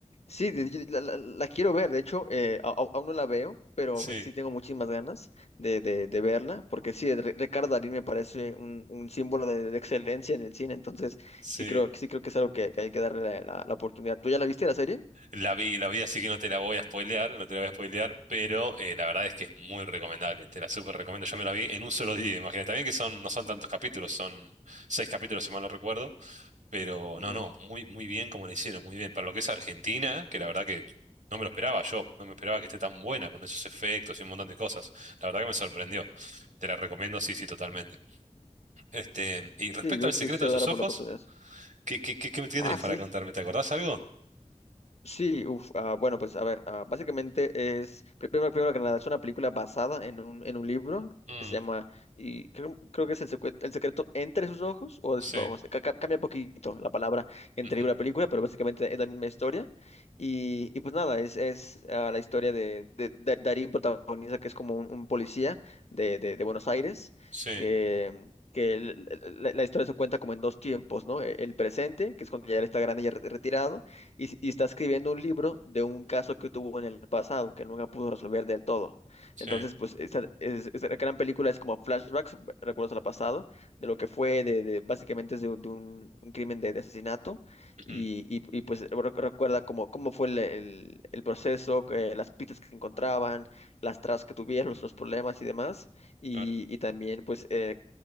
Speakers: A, on the left; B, on the right.
A: sí, de- de- la, la- la quiero ver, de hecho, eh, a- a- aún no la veo, pero
B: Sí,
A: pues sí tengo muchísimas ganas de, de- de verla, porque sí, Re- Ricardo Darín me parece un, un símbolo de, de excelencia en el cine, entonces
B: sí.
A: sí creo, sí creo que es algo que, que hay que darle la, la- la oportunidad. ¿Tú ya la viste la serie?
B: La vi, la vi, así que no te la voy a spoilear, no te la voy a spoilear, pero eh, la verdad es que es muy recomendable, te la súper recomiendo. Yo me la vi en un solo día, imagínate. También que son, no son tantos capítulos, son seis capítulos, si mal no recuerdo, pero
A: Ujú.
B: no, no, muy, muy bien como le hicieron, muy bien. Para lo que es Argentina, que la verdad que no me lo esperaba yo, no me esperaba que esté tan buena con esos efectos y un montón de cosas. La verdad que me sorprendió. Te la recomiendo, sí, sí, totalmente. Este, y
A: Sí,
B: respecto
A: yo creo
B: al
A: que
B: secreto
A: sí, sí le
B: de
A: voy
B: sus
A: a dar
B: ojos,
A: por la oportunidad.
B: ¿qué, qué, qué, qué me tienes
A: Ah, sí,
B: para contarme? ¿Te acordás algo?
A: Sí, uf, ah, bueno, pues a ver, ah, básicamente es, pri- primero, primero que nada, es una película basada en un, en un libro
B: Mm,
A: que se llama, y creo, creo que es el, secue- el secreto entre sus ojos o de
B: sí,
A: sus ojos. Ca- ca- cambia poquito la palabra entre
B: ujú,
A: libro y película, pero básicamente es la misma historia. Y, y pues nada, es, es ah, la historia de, de, de Darín protagonista, que es como un, un policía de, de, de Buenos Aires,
B: sí.
A: que... que el- la, la historia se cuenta como en dos tiempos, ¿no? E-, El presente, que es cuando ya él está grande y ya re- retirado, y, y está escribiendo un libro de un caso que tuvo en el pasado que nunca pudo resolver del todo.
B: Sí,
A: Entonces, pues esta, es- esta gran película es como flashbacks, recuerdos al pasado, de lo que fue, de, de- básicamente es de, de un, un crimen de, de asesinato
B: ujú,
A: y, y- y, pues re- recuerda cómo, cómo fue el, el- el proceso, que- las pistas que encontraban, las tras que tuvieron, los, los problemas y demás. Y,
B: claro.
A: y también pues eh,